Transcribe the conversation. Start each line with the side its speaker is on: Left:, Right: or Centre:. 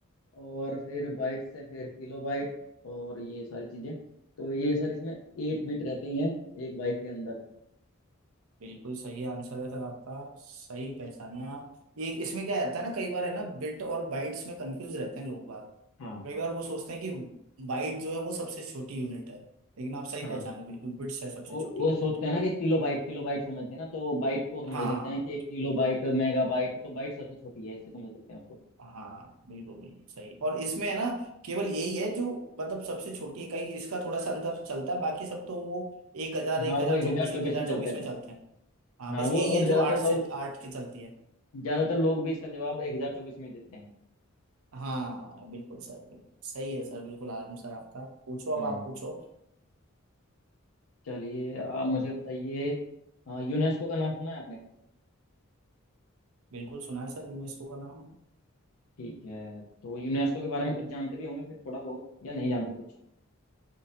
Left: और फिर बाइट से फिर किलो बाइट और ये सारी चीजें तो ये सर इसमें एट बिट रहती हैं एक बाइट के अंदर
Right: बिल्कुल सही आंसर है सर आपका सही पहचाने आप ये इसमें क्या रहता है ना कई बार है ना बिट और बाइट्स में कंफ्यूज रहते हैं लोग बाग
Left: हाँ
Right: कई बार वो सोचते हैं कि बाइट जो है वो सबसे छोटी यूनिट है लेकिन आप सही
Left: हाँ
Right: पहचाने बिल्कुल बिट्स है सबसे
Left: वो
Right: छोटी
Left: वो
Right: यूनिट
Left: सोचते हैं ना कि किलो बाइट किलो बाइट समझते हैं ना तो बाइट को समझ
Right: हाँ
Left: लेते हैं कि किलो बाइट मेगा बाइट तो बाइट सबसे छोटी है इसलिए समझ लेते हैं उसको
Right: हाँ बिल्कुल बिल्कुल सही और इसमें है ना केवल यही है जो मतलब सबसे छोटी इकाई इसका थोड़ा सा अंतर चलता है बाकी सब तो वो एक हजार एक
Left: हाँ
Right: हजार
Left: वो एक
Right: चौबीस
Left: हजार चौबीस
Right: एक हजार
Left: में चलते
Right: चौबीस
Left: रहते
Right: में चलते
Left: हैं
Right: हैं हाँ
Left: हाँ
Right: बस
Left: वो
Right: यही
Left: और
Right: है
Left: ज्यादातर
Right: जो आठ से
Left: लोग
Right: आठ की चलती है
Left: ज्यादातर लोग भी इसका जवाब एक हजार चौबीस में ही देते हैं
Right: हाँ बिल्कुल सर बिल्कुल सही है सर बिल्कुल आराम सर आपका पूछो अब
Left: हम्म
Right: आप पूछो
Left: चलिए आप मुझे बताइए यूनेस्को का नाम सुना है आपने
Right: बिल्कुल सुना है सर यूनेस्को का नाम
Left: ठीक है तो यूनेस्को के बारे में कुछ जानते भी होंगे फिर थोड़ा बहुत या नहीं जानते कुछ